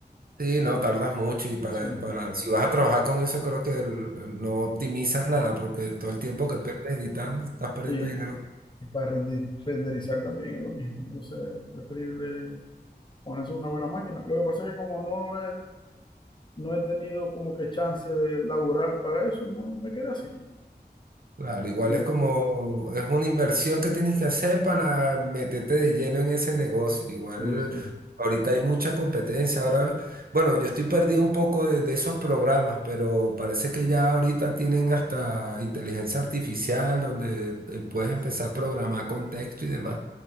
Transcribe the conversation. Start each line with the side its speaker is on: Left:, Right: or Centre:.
Right: Sí, no, tardas mucho y para,
Left: Sí.
Right: para, si vas a trabajar con eso creo que el- no optimizas nada porque todo el tiempo que pierdes editando, estás perdiendo
Left: Y,
Right: dinero.
Left: Y para render renderizar también es lo mismo. Entonces, preferible ponerse una buena máquina. Lo que pasa es que como no he, no he tenido como que chance de laburar para eso, no me quedé así.
Right: Claro, igual
Left: Me-
Right: es como, es una inversión que tienes que hacer para meterte de lleno en ese negocio. Igual
Left: sí, sí,
Right: ahorita hay mucha competencia. Ahora, bueno, yo estoy perdido un poco de, de esos programas, pero parece que ya ahorita tienen hasta inteligencia artificial donde eh, puedes empezar
Left: sí, sí,
Right: a programar con texto y demás.